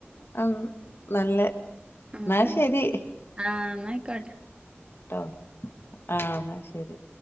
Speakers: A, on the left; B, on the right.
A: ആ നല്ല
B: ഉം
A: എന്നാ ശരി
B: ആ ന്നാ ആയിക്കോട്ടെ
A: ട്ടോ ആ ന്നാ ശരി